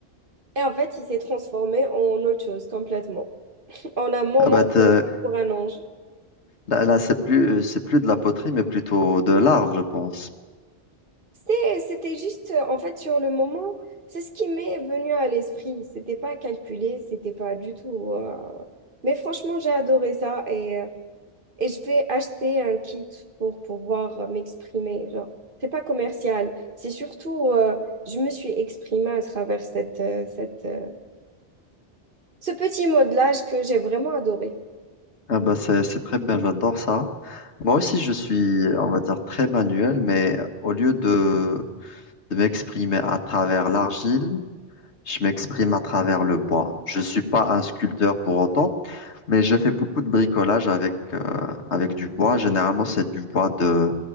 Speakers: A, on the right; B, on the left.
A: Et en fait, il s'est transformé en autre chose complètement, en un moment
B: Ah bah t'es-
A: de pluie pour un ange.
B: là, là, c'est plus, c'est plus de la poterie, mais plutôt de l'art, je pense.
A: C'était, c'était juste, euh, en fait, sur le moment, c'est ce qui m'est venu à l'esprit. C'était pas calculé, c'était pas du tout. euh, Mais franchement, j'ai adoré ça et euh, et je vais acheter un kit pour pouvoir euh, m'exprimer. Genre, c'est pas commercial, c'est surtout euh, je me suis exprimée à travers cette, euh, cette, euh, ce petit modelage que j'ai vraiment adoré.
B: Ah bah c'est, c'est très bien, j'adore ça. Moi aussi, je suis, on va dire, très manuel, mais au lieu de, de m'exprimer à travers l'argile, je m'exprime à travers le bois. Je suis pas un sculpteur pour autant, Mais je fais beaucoup de bricolage avec, euh, avec du bois. Généralement, c'est du bois de,